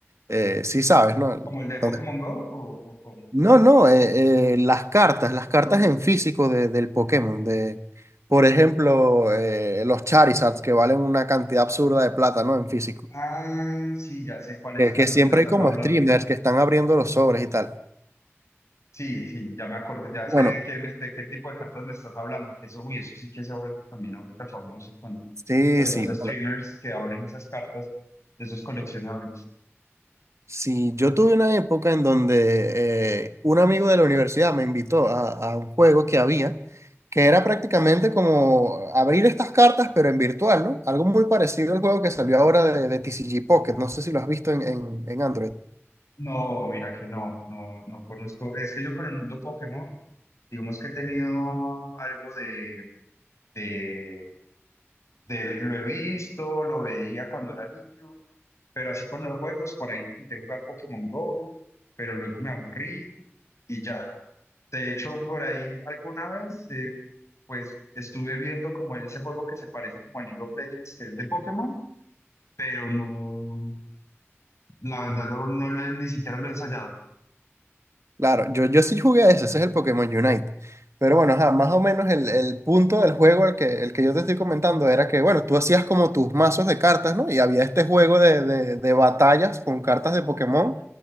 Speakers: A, on the right; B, on the left.
A: Eh, sí sabes, ¿no? El-
B: ¿Como el de
A: donde-
B: Pokémon Go o, o como?
A: No, no, eh, eh, las cartas, las cartas en físico de- del Pokémon, de, por ejemplo, eh, los Charizards que valen una cantidad absurda de plata, ¿no? En físico.
B: Ah, sí, ya sé cuáles
A: Que,
B: partes
A: que siempre
B: me estás
A: hay como
B: hablando.
A: streamers que están abriendo los sobres y tal.
B: Sí, sí, ya me acordé, ya
A: Bueno.
B: sé de qué, me- de qué tipo de cartas me estás hablando, que eso, uy, eso sí que se ha vuelto también ahorita famoso con,
A: Sí,
B: con
A: sí.
B: los streamers
A: Bueno,
B: que abren esas cartas, de esos coleccionables.
A: Sí, yo tuve una época en donde eh, un amigo de la universidad me invitó a, a un juego que había, que era prácticamente como abrir estas cartas, pero en virtual, ¿no? Algo muy parecido al juego que salió ahora de, de TCG Pocket, no sé si lo has visto en, en en Android.
B: No, mira que no, no, no conozco, es que yo con el mundo Pokémon, digamos que he tenido algo de, de, de- lo he visto, lo veía cuando era niño, pero así con los juegos, por ahí intenté jugar Pokémon Go, pero luego me aburrí. y ya. De hecho, por ahí alguna vez, eh, pues estuve viendo como ese juego que se parece como a League of Legends, que es de Pokémon, pero no, la verdad no, no lo he, ni siquiera lo he ensayado.
A: Claro, yo, yo sí jugué a ese, ese es el Pokémon Unite. Pero bueno, ajá, más o menos el, el punto del juego, el que, el que yo te estoy comentando, era que, bueno, tú hacías como tus mazos de cartas, ¿no? Y había este juego de, de- de batallas con cartas de Pokémon,